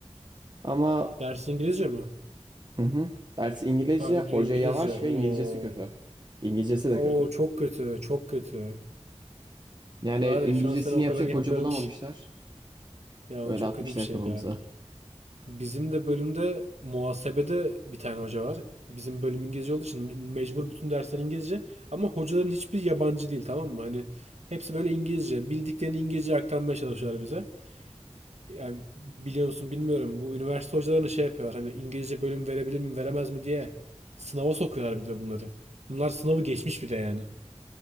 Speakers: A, on the right; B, on the right.
A: Ama
B: Ders İngilizce mi?
A: hı hı, ders İngilizce,
B: Abi
A: hoca
B: diyor İngilizce.
A: yavaş
B: Oo.
A: ve İngilizcesi kötü. İngilizcesi
B: Oo
A: de kötü.
B: çok kötü. Çok kötü.
A: Yani
B: Var
A: İngilizcesini
B: ya şu an seni o
A: yapacak
B: kadar iyi
A: hoca
B: anlıyorum
A: bulamamışlar.
B: ki. Ya
A: Öyle
B: o çok
A: atmışlar
B: kötü bir şey
A: kafamıza.
B: ya. Bizim de bölümde muhasebede bir tane hoca var. Bizim bölüm İngilizce olduğu için me- mecbur bütün dersler İngilizce. Ama hocaların hiçbir yabancı değil tamam mı? Hani hepsi böyle İngilizce. Bildiklerini İngilizce aktarmaya çalışıyorlar bize. yani biliyor musun bilmiyorum bu üniversite hocalarını şey yapıyor hani İngilizce bölüm verebilir mi veremez mi diye sınava sokuyorlar bir de bunları. Bunlar sınavı geçmiş bir de yani.